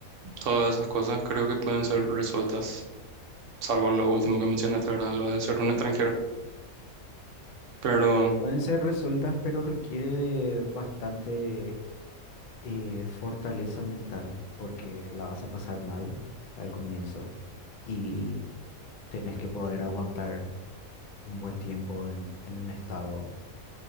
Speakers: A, on the right (about 65°); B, on the left (about 55°).
A: todas esas cosas creo que pueden ser resueltas, salvo lo último que mencionaste, ¿verdad? Lo de ser un extranjero. Pero
B: Pueden ser resueltas, pero requiere de bastante eh, fortaleza mental porque la vas a pasar mal al comienzo y tenés que poder aguantar un buen tiempo en, en un estado,